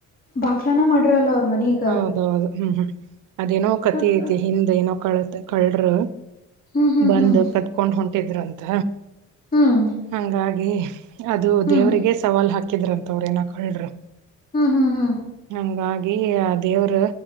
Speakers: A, on the left; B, on the right.
A: ಬಾಕ್ಲಾನ ಮಾಡ್ರರಲ್ಲ ಅವ್ರ ಮನೆಗೆ
B: ಹೌದೌದು ಹ್ಮ್ ಹ್ಮ್ ಅದೇನೋ ಕತಿ
A: ಮತ್ತ
B: ಐತಿ ಹಿಂದ್ ಏನೋ ಕಳತ್ ಕಳರು
A: ಹ್ಮ್ ಹ್ಮ್
B: ಬಂದು
A: ಹ್ಮ್
B: ಕತ್ಕೊಂಡ್ ಹೊಂಟಿದ್ರು ಅಂತ
A: ಹ್ಮ್
B: ಹಂಗಾಗಿ ಅದು
A: ಹ್ಮ್
B: ದೇವ್ರರಿಗೆ ಸವಾಲ್ ಹಾಕಿದ್ರಂತ ಅವ್ರ ಏನಕ ಹೇಳಲ್ರು
A: ಹ್ಮ್ ಹ್ಮ ಹ್ಮ
B: ಹಂಗಾಗಿ ಆ ದೇವ್ರ